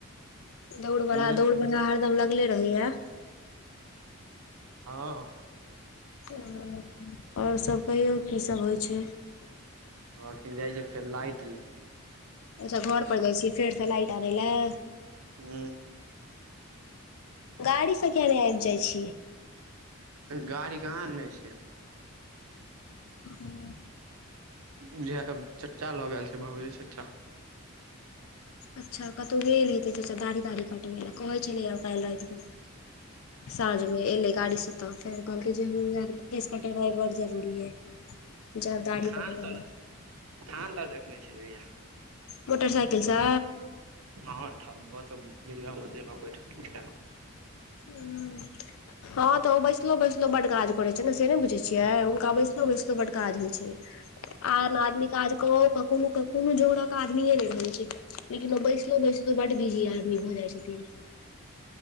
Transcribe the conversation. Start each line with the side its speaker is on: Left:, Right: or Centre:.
Left: दौड़ बढ़हा
Right: हुं
Left: दौड़ बढ़हा हरदम लगले रहे याऽ।
Right: हँऽ।
Left: आओर सब कहियौ की सभ होइ छै।
Right: अखन जाइ छियै फेर लाइट ले।
Left: अच्छा घर पर जाइ छियै फेरसँ लाइट आनय लए।
Right: हुं
Left: गाड़ी से कियाने आबि जाइ छीये।
Right: गाड़ी कहाँ अनने छिये।
Left: ओ।
Right: बुझाए चचा लऽ गेल छै भावेश चचा।
Left: अच्छा कतहु गेल हेते चचा दाढ़ी- ताढ़ी कटबे लए, कहै छलै आ काल्हि राति में। साझमें एलै गाड़ी से तऽ फेर कहलक जे, हमरा केश कटौनय बड़ जरूरी अय, जैब दाढी
Right: थान
Left: कटबैले।
Right: तर थान तर देखने छलियैया।
Left: मोटर -साइकिल से।
Right: हँ ठ ब तऽ दुर्गा मन्दिर पर बैठल छलै हऽ।
Left: हूं। हँ तऽ ओ बैसलो- बैसलो बड़ काज करे छै ने, से नहि बुझे छियै हुनका बैसलो- बैसलो बड़ काज होइ छै। आन आदमी काज कऽओ के कोनो- कोनो जोकड़क आदमीे नहि रहैत छै। लेकिन ओ बैसलो- बैसलो बड बिजी आदमी भऽ जाइ छथिन।